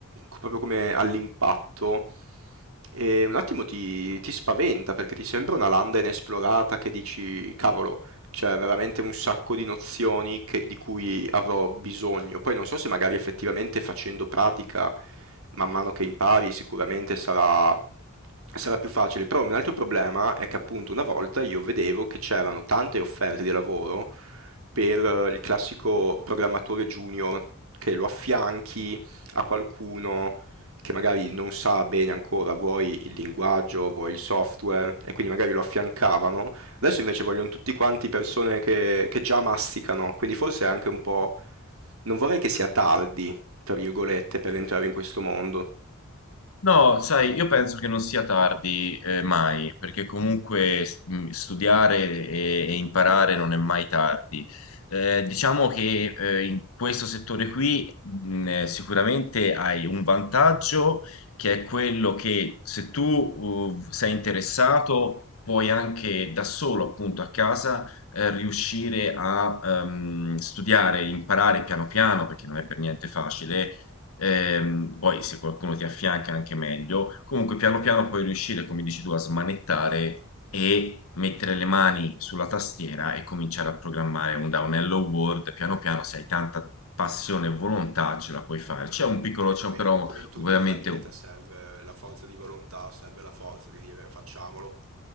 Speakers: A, on the right; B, on the left.
A: co- proprio come all'impatto e un attimo ti, ti spaventa perché ti sembra una landa inesplorata che dici, cavolo, c'è veramente un sacco di nozioni che- di cui avrò bisogno. Poi non so se magari effettivamente facendo pratica, man mano che impari, sicuramente sarà, sarà più facile. Però un altro problema è che appunto una volta io vedevo che c'erano tante offerte di lavoro per eh, il classico programmatore junior, che lo affianchi a qualcuno che magari non sa bene ancora, vuoi il linguaggio, vuoi il software, e quindi magari lo affiancavano. Adesso invece vogliono tutti quanti persone che, che già masticano, quindi forse è anche un po'... Non vorrei che sia tardi, tra virgolette, per entrare in questo mondo.
B: No, sai, io penso che non sia tardi eh, mai, perché comunque s- mh, studiare e, e imparare non è mai tardi. Eh, diciamo che eh, in questo settore qui mh, eh, sicuramente hai un vantaggio che è quello che se tu uh, sei interessato puoi anche da solo, appunto, a casa eh, riuscire a ehm, studiare, imparare piano piano, perché non è per niente facile Ehm, poi se qualcuno ti affianca anche meglio. Comunque piano piano puoi riuscire, come dici tu, a smanettare e mettere le mani sulla tastiera e cominciare a programmare un downello Word. Piano piano, se hai tanta passione e volontà, ce la puoi fare. C'è un piccolo,
A: È
B: c'è
A: quello,
B: però
A: come in tutto
B: veramente
A: nella vita serve la forza di volontà, serve la forza di dire facciamolo.